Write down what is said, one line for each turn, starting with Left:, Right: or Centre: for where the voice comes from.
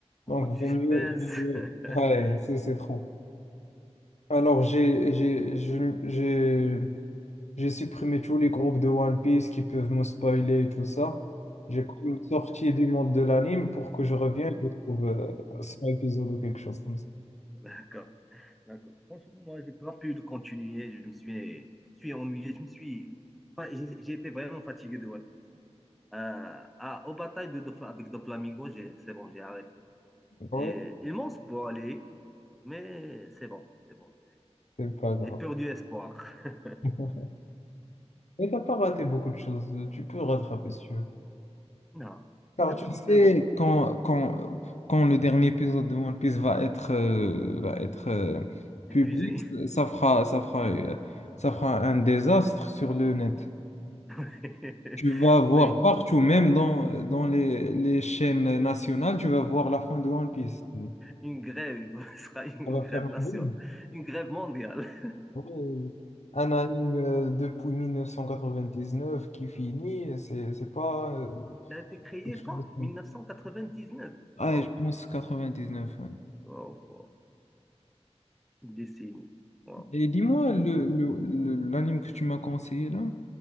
Centre: Beaucoup
Left: Donc,
Centre: de suspense.
Left: vaut mieux, vaut mieux-
Centre: <laughs>
Left: Ouais, ça, c'est trop. Alors, j'ai, j'ai, je- j'ai, j'ai supprimé tous les groupes de One Piece qui peuvent me spoiler et tout ça. J'ai quand même sorti du monde de l'anime pour que je revienne et je trouve euh, 100 épisodes ou quelque chose comme ça.
Centre: D'accord. D'accord. Franchement, moi, j'ai pas pu le continuer. Je me suis, je suis ennuyé. Je me suis. enfin, j'ai j'ai été vraiment fatigué de One Piece. Euh, ah, aux batailles de, Dofla- avec Doflamingo, j'ai- c'est bon, j'ai arrêté.
Left: Ouais,
Centre: J'ai immense pour aller, mais c'est bon, c'est bon. J'ai
Left: c'est pas grave.
Centre: j'ai perdu espoir. <laughs>
Left: <laughs> Mais t'as pas raté beaucoup de choses. Tu peux rattraper si tu veux.
Centre: Non,
Left: Car
Centre: je pense
Left: tu sais,
Centre: euh,
Left: quand, quand, quand le dernier épisode de One Piece va être, euh, va être euh, public,
Centre: épuisé.
Left: ça fera, ça fera, euh, ça fera un désastre sur le net.
Centre: <laughs>
Left: Tu vas voir
Centre: Oui,
Left: partout, même dans, dans les, les chaînes nationales, tu vas voir la fin de One Piece. Ça
Centre: une grève, <laughs> ce sera une
Left: va
Centre: grève
Left: faire un
Centre: nationale,
Left: boom.
Centre: une grève mondiale.
Left: Oui. Un anime euh, depuis 1999 qui finit, c'est c'est pas euh,
Centre: Il a été créé
Left: quelque
Centre: quand?
Left: chose de simple.
Centre: 1999.
Left: Ah,
Centre: Wow,
Left: je pense 99, ouais.
Centre: wow, wow. Une décennie. Wow.
Left: Et dis-moi, le, le- le- l'anime que tu m'as conseillé là?